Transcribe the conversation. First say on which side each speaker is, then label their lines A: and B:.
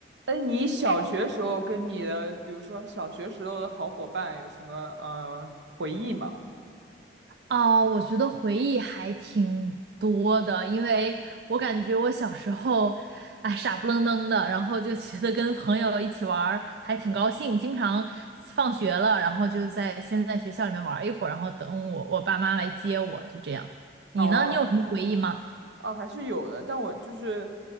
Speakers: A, on the right (about 80°); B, on the right (about 65°).
A: 哎，你小学时候跟你的，比如说小学时候的好伙伴有什么呃回忆吗？
B: 哦，我觉得回忆还挺多的，因为我感觉我小时候，哎，傻不愣登的，然后就觉得跟朋友一起玩儿还挺高兴，经常放学了，然后就在先在学校里面玩儿一会儿，然后等我我爸妈来接我，就这样。你呢？
A: 哦
B: 你有什么回忆吗？
A: 哦，还是有的，但我就是